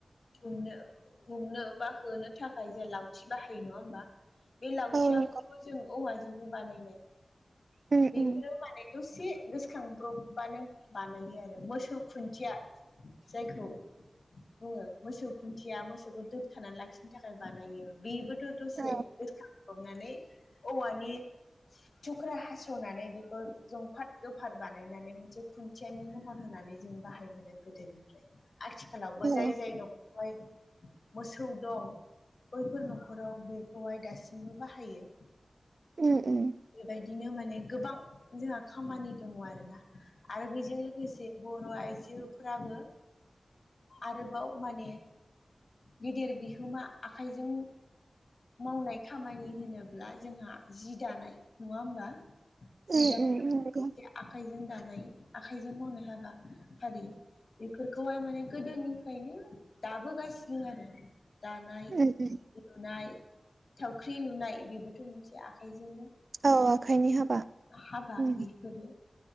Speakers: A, on the left; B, on the right.
A: गुमनो गुमनो बा होनो थाखाय जोंहा लावथि बाहायो नङा होमबा। बे लावथियाबोथ'
B: औ नंगौ
A: जों औवाजोंनो बानायनाय
B: उम
A: बेफोरो
B: उम
A: माने दसे गोसोखांब्रबबानो बानायो आरो मोसौ खुन्थिया जायखौ बुङो मोसौ खुन्थिया मोसौखौ दोबथानानै लाखिनो थाखाय बानायो बेबोथ' दसे
B: औ
A: गोसोखांब्ब्रनानै औवानि थुख्रा हास'नानै बेखौ जंफाट गोफार बानायनानै मोनसे खुन्थियानि महर होनानै जों बाहायबोदों गोदोनिफ्राय आथिखालावबो
B: औ
A: जाय जाय न मोसौ दं बैफोर न'खराव बेखौहाय दासिमबो बाहायो।
B: उम उम
A: बेबायदिनो माने गोबां जोंहा खामानि दङ आरोना। आरो बेजों लोगोसे बर' आइजोफोराबो आरोबाव माने गेदेर बिहोमा आखाइजों मावनाय खामानि होनोब्ला जोंहा जि दानाय नङा होमबा। जि
B: उम
A: दानाय
B: उम नंगौ
A: आखाइजों दानाय आखाइजों मावनो हाबा फारि। बेफोरखौहाय माने गोदोनिफ्रायनो दाबोगासिनो आरो दानाय
B: उम उम।
A: लुनाय थावख्रि लुनाय बेबोथ' मोनसे आखाइजोंनो
B: औ आखाइनि हाबा।
A: हाबा
B: उम
A: बेफोरो